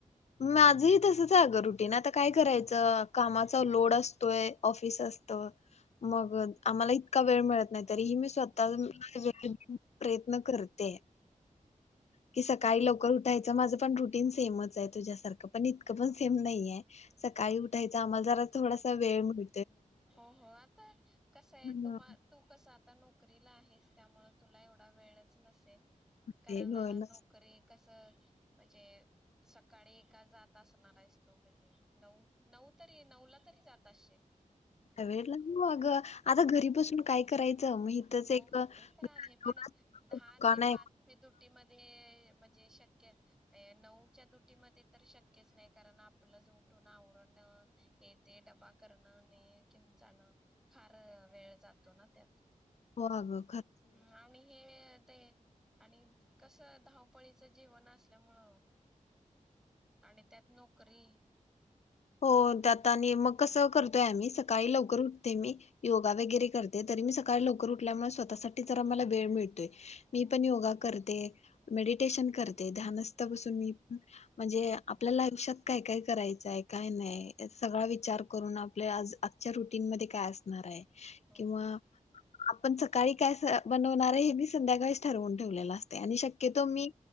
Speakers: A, on the left; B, in the centre.
A: माझही तसंच हाय अगं रुटीन आता काय करायचं कामाचा लोड असतोय ऑफिस असतं मग आम्हाला का वेळ मिळत नाही
B: हो
A: तरी ही
B: हो
A: मी स्वतः
B: हो ते
A: <unintelligible>
B: तर आहे
A: <unintelligible> करते. की सकाळी लवकर उठायच माझं पण रुटीन सेमच आहे. तुझ्यासारखं पण इतकं पण सेम नाहीये. सकाळी उठायचं आम्हाला जरा थोडासा वेळ मिळ
B: हो हो आता कसंय
A: हम्म.
B: तुम्हा तू कसं आता नोकरीला आहेस. त्यामुळं तुला एवढा वेळच नसेल. कारण
A: ते होय ना
B: नोकरी कसं म्हणजे सकाळी एका जात असणार आहेस तू म्हणजे नऊ नऊ तरी नऊला तरी जात असशील
A: वेड लागलं <unintelligible> अगं आता घरी बसून काय करायचं मग इथंच
B: हो
A: एक
B: हो
A: दुकान
B: ते तर आहे पण दहा ते
A: आहे
B: पाच ड्यूटीमध्ये म्ह जे शक्य ये नऊच्या द्युटीमध्ये तर शक्यच नाही कारण आपलंच उठून आवरण ये ते डबा करणं नी घेऊन जाणं फार वेळ जातो ना त्यात.
A: हो आग.
B: हम आणि हे ते आणि कसं धावपळीचं जीवन असल्यामुळं आणि त्यात नोकरी.
A: हो त्याता आणि मग कसं करतोय आम्ही सकाळी लवकर उठते मी योगा वगैरे करते तरी मी सकाळी लवकर उठल्यामुळे स्वतःसाठी जरा मला वेळ मिळतोय. मी पण योगा करते, मेडिटेशन कर ते ध्यानस्थ बसून मी म्हणजे आपल्याला <unintelligible> काय काय करायचंय आहे काय नाही सगळा विचार करून आपल्या आज आजच्या रुटीनमध्ये काय असणार आहे.
B: हो
A: किंवा
B: हो
A: आपण सकाळी काय स बनवणार आहे हे मी संध्याकाळीच ठरवून ठेवलेलं असतय आणि शक्यतो मी